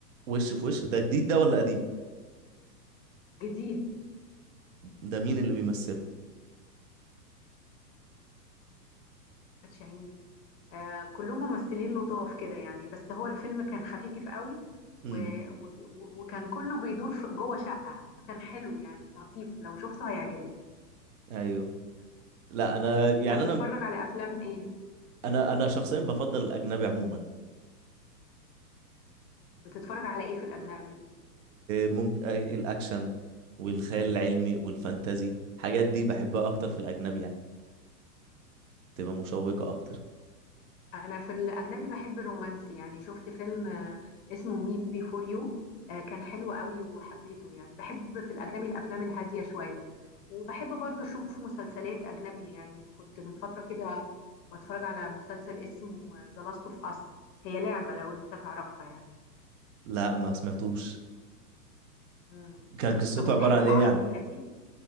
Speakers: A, on the right; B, on the left.
A: وش في وش ده جديد ده ولا قديم
B: جديد
A: ده مين اللي بيمثله
B: شاهين آه، كلهم ممثلين لطاف كده يعني بس هو الفيلم كان خفيف قوي و...
A: امم
B: و... وكان كله بيدور في جوه شقة فكان حلو يعني لطيف لو شفته هيعجبك
A: ايوه لا انا يعني
B: انت بتتفرج
A: انا
B: على افلام ايه
A: انا انا شخصيا بفضل الاجنبي عموما
B: بتتفرج على ايه في الاجنبي
A: ممكن الاكشن والخيال العلمي والفانتازي الحاجات دي بحبها اكتر في الاجنبي يعني تبقى مشوقة اكتر
B: انا في الاجنبي بحب الرومانسي يعني شفت فيلم آه، اسمه مي بي فور يو كان حلو قوي وحبيته يعني بحب في الاجنبي الافلام الهاديه شويه وبحب برضه اشوف مسلسلات اجنبي يعني كنت من فتره كده بتفرج على مسلسل اسمه ذا لاست اوف اس هي لعبه لو انت تعرفها يعني
A: لا ما سمعتوش
B: مم.
A: كان قصته
B: طب وبتحب
A: عبارة عن
B: العربي
A: ايه يعني
B: القديم